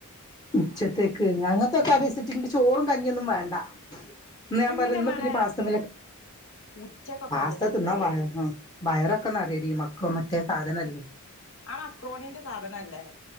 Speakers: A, on the left; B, on the left.
A: ഉച്ചത്തേക്ക് അങ്ങനത്തൊക്കെ അത് സട്ട ഇങ്ങ് ചോറും കഞ്ഞിഒന്നും വേണ്ട ന്ന് ഞാൻ
B: എങ്ങനെ
A: പറഞ് ന്ന്
B: മളെ
A: പ്പോ ഞ്ഞി പാസ്തന്നുല്ല
B: ഉച്ചക്കൊക്കെ
A: പാസ്ത
B: അത് തിന്നല്
A: തിന്നാ <unintelligible> വയറൊക്കേ നെറയടി മക്ക മറ്റേ സാധനല്ലേ
B: ആ മക്രോണിന്റെ സാധന അല്ലേ